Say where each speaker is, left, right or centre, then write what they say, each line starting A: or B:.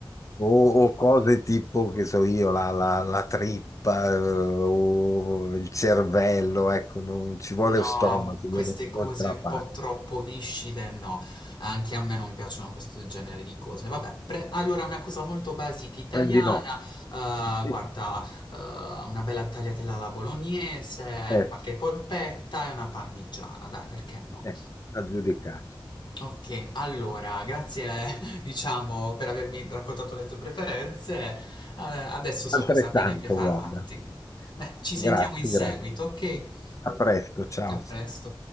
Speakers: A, on the left (about 40°); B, on the left (about 60°).
A: o, o cose tipo, che so io, la, la- la trippa eh, o il cervello, ecco, non ci vuole
B: No,
A: lo stomaco, io
B: queste
A: non
B: cose
A: non ce la
B: un
A: faccio.
B: po' troppo viscide no, anche a me non piacciono questo genere di cose. Vabbè, pre allora una cosa molto basic italiana,
A: Prendi no.
B: uhm,
A: <laughs>
B: guarda, uhm, una bella tagliatella alla bolognese,
A: Ecco,
B: qualche polpetta e una parmigiana, dai, perché no?
A: ecco, aggiudicato.
B: Ok, allora, grazie, <laughs> diciamo, per avermi raccontato le tue preferenze. Eh, adesso so
A: Altrettanto,
B: cosa bene prepararti.
A: guarda.
B: Beh, ci
A: Grazie,
B: sentiamo in seguito,
A: grazie.
B: ok?
A: A presto, ciao.
B: A presto.